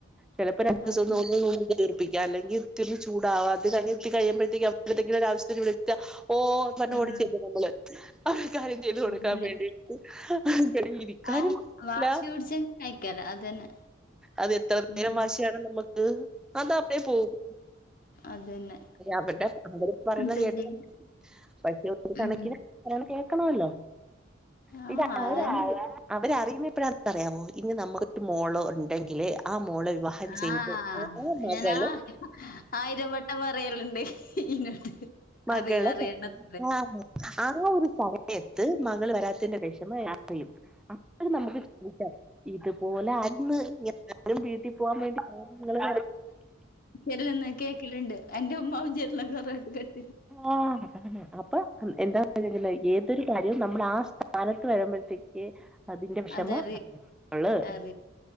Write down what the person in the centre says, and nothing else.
ചിലപ്പോ രണ്ട്
<unintelligible> അല്ലെങ്കി ത്തിന് ചൂടാവാ അത് കഴിഞ് എത്തി കഴിമ്പോത്തേയ്ക്കും എന്തെങ്കിലും ആവിശ്യത്തിന് ഇവിടെ എത്താ ഓ പണ്ട്
ഓടിച്ചരുന്നു നമ്മള്. അവർ കാര്യം ചെയ്തു കൊടുക്കാൻ
വേണ്ടിട്ട് അ ഇരിക്കാനും
ഇല്ല.
അത് എത്ര നേരം
വാശിയാണ് നമ്മുക്ക് അതാ അപ്പഴേ പോകും
അവടെ അവിടെ പറയുന്ന
കേട്ട
പക്ഷെ ഒരു കണക്കിന്
കേൾക്കണല്ലോ. <unintelligible>
അവര അറിയിന്നപ്പയാന്നറിയാമോ ഇനി നമുക്കൊരു മോള ഉണ്ടെങ്കില് ആ മോളെ വിവാഹം ചെയ്ത്
ആ മകള്
മകള്
ആ ആ ഒരു സമയത്ത് മകൾ വരാത്തിന്റെ വിഷമം അറിയും അന്നേരം നമുക്ക് <unintelligible> ഇതുപോലെ ആര്ന്ന് എല്ലാരും വീട്ടിൽ പോവാൻ വേണ്ടി നിങ്ങള്.
ആഹ അപ്പൊ എന്താ. ഏതൊരു കാര്യവും നമ്മൾ ആ സ്ഥാനത്ത് വരുമ്പോഴത്തേക്കും. അതിന്റെ വിഷമ
അറിഞ്ഞള്.